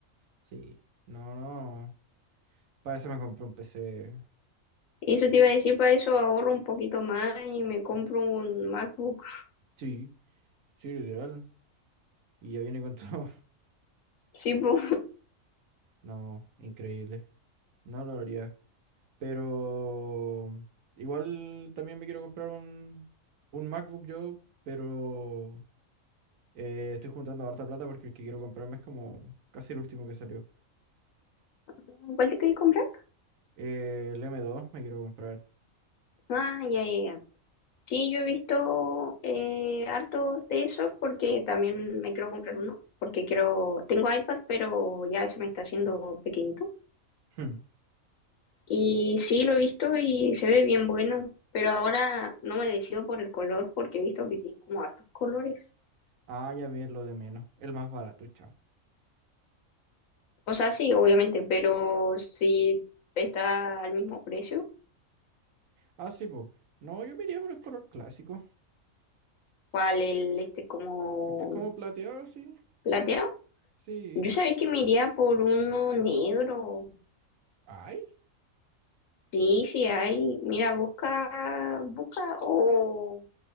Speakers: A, on the right; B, on the left.
A: Sí. No, no. Para eso me compré un PC.
B: Eso te iba a decir, para eso ahorro un poquito más y me compro un MacBook.
A: Sí, sí, literal. Y ya viene con todo. <laughs>
B: Sí, bu.
A: No, increíble. No lo haría. Pero igual también me quiero comprar un, un MacBook yo, pero eh, estoy juntando harta plata porque el que quiero comprarme es como casi el último que salió.
B: <laughs> ¿Cuál te querés comprar?
A: Eh, el M2 me quiero comprar.
B: Ah, ya, ya, ya. Sí, yo he visto eh, hartos de esos porque también me quiero comprar uno, porque quiero, tengo iPad, pero ya se me está haciendo pequeñito.
A: Hmm.
B: Y sí, lo he visto y se ve bien bueno, pero ahora no me decido por el color porque he visto que tiene como hartos colores.
A: Ah, ya me es lo de menos. El más barato, chao.
B: O sea, sí, obviamente, pero si está al mismo precio,
A: Ah, sí, pues. No, yo me iría por el color clásico.
B: ¿cuál el este como
A: Porque es como plateado, sí.
B: plateado?
A: Sí.
B: Yo sabéis que me iría por uno negro
A: Ay.
B: Sí, sí hay. Mira, busca, busca o